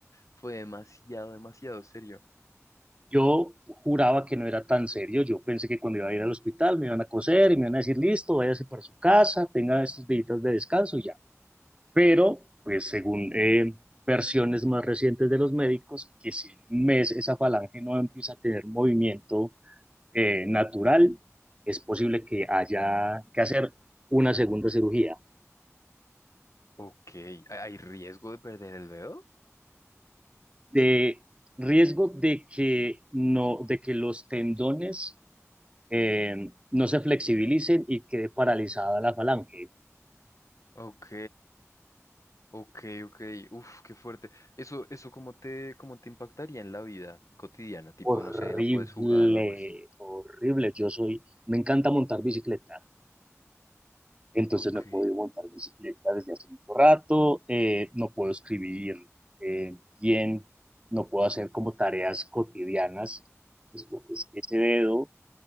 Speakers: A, on the left; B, on the right.
A: fue demasiado, demasiado serio.
B: Yo juraba que no era tan serio. Yo pensé que cuando iba a ir al hospital me iban a coser y me iban a decir, listo, váyase para su casa, tenga estos días de descanso y ya. Pero, pues según eh, versiones más recientes de los médicos, que si en un mes esa falange no empieza a tener movimiento eh, natural, es posible que haya que hacer una segunda cirugía.
A: Ok, ¿hay hay riesgo de perder el dedo?
B: de riesgo de que, no, de que los tendones eh, no se flexibilicen y quede paralizada la falange.
A: Ok. Ok, ok, uf, qué fuerte. Eso, eso cómo te, cómo te impactaría en la vida cotidiana, tipo,
B: Horrible,
A: no sé, no puedes jugar o algo así.
B: horrible. Yo soy, me encanta montar bicicleta, entonces
A: Ok.
B: no puedo montar bicicleta desde hace mucho rato, eh, no puedo escribir eh, bien, no puedo hacer como tareas cotidianas, pues porque es que ese dedo